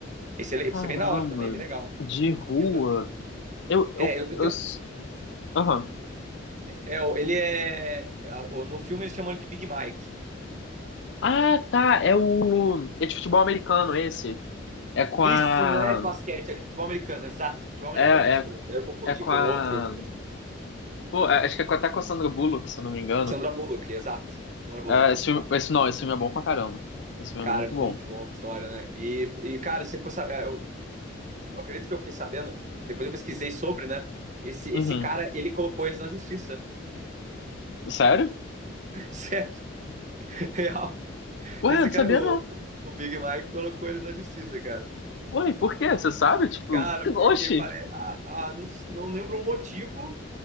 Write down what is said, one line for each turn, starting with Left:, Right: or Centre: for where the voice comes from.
Right: Esse é, esse
Left: Caramba,
Right: é bem da hora também, bem legal.
Left: de rua.
Right: Eu, eu-
Left: Eu, eu,
Right: é, eu, eu
Left: eu...
Right: tenho,
Left: s- Aham.
Right: é, ele é. No filme eles chamam ele de Big Mike.
Left: Ah, tá. É o. É de futebol americano esse. É com
Right: Isso
Left: a.
Right: não é de basquete, é de futebol americano, exato, futebol americano,
Left: É,
Right: é isso
Left: é,
Right: mesmo. Eu confundi
Left: é com
Right: com
Left: a.
Right: outro.
Left: Pô, é- acho que é com- até com a Sandra Bullock, se eu não me engano.
Right: Sandra Bullock, exato. Sandra Bullock.
Left: É, esse filme... esse não, esse filme é bom pra caramba. Esse filme
Right: Cara,
Left: é muito
Right: é muito
Left: bom.
Right: bom a história, né? E, e cara, você ficou sabendo, eu eu acredito que eu fiquei sabendo, que depois eu pesquisei sobre, né? Esse,
Left: Uhum.
Right: esse cara, ele colocou eles na justiça.
Left: Sério?
Right: <laughs> Sério, real.
Left: Ué,
Right: Esse
Left: não
Right: cara,
Left: sabia
Right: o,
Left: não.
Right: o Big Mike colocou eles na justiça, cara.
Left: Ué, por quê? Você sabe? Tipo,
Right: Cara,
Left: <laughs>
Right: porque
Left: oxi.
Right: parece. Ah, ah, não, não lembro o motivo